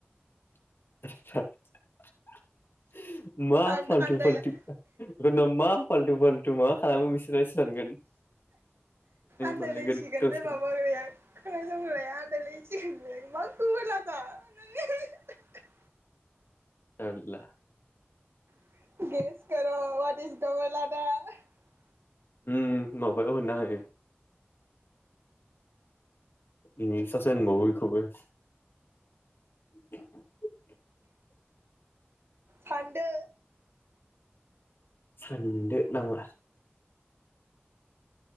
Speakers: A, on the left; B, on the right.
A: <inaudible> मा
B: आन
A: फालथु
B: आन्दायला
A: फालथु होनना मा फालथु फालथु थ' मा खालायो बिसोरलाय सो सानगोन
B: आनदायलायसिगोन
A: मोनलायगोन गावसोर
B: बे माबाग्राया खोनासंग्राया आनदायलायसिगोन बे मा गोबोरलाद दा होननानै
A: जारला
B: <unintelligible>
A: उम माबायाव होनना होदो बिनि सासे होनबाउओ बिखौबो <inaudible>
B: फानदो
A: सानदो नाङा